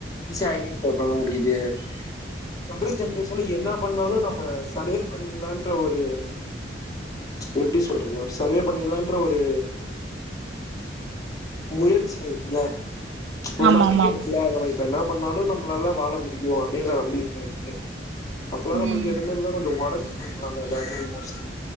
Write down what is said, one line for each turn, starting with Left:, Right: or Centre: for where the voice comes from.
Left: ஈஸியா ஐடென்டி ஃபோர் பண்ண முடியுது இப்பக்கர ஜென்ரேஷன்ல என்னா பண்ணாலு நம்ம சர்வே பண்ணிலான்ற ஒரு எப்டி சொல்றது ஒரு சர்வே பண்ணிலான்ற ஒரு முயற்சி இருக்குல்ல ஒரு
Right: ஆமா
Left: நம்பிக்க
Right: ஆமா
Left: இருக்குல்ல
Right: ஆமா
Left: நாம இப்பனா பண்ணாலு நம்மளால வாழ முடியு அப்டினு நம்பிக்க இருக்கு அப்பல்லா நம்மளுக்கு
Right: ம்
Left: எடமேல்ல கொஞ்ச ஒடஞ்சி போய்றாங்க எல்லாருமே மோஸ்ட்லி